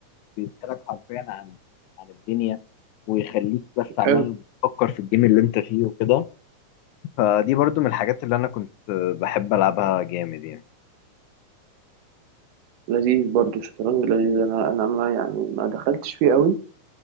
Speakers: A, on the left; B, on the right.
A: بيسألك حرفيا عن عن الدنيا ويخليك بس عمال
B: حلو
A: تفكر في الجيم اللي انت فيه وكده فدي برضو من الحاجات اللي انا كنت بحب العبها جامد يعني
B: لذيذ برضو الشطرنج لذيذ انا انا ما يعني ما دخلتش فيه قوي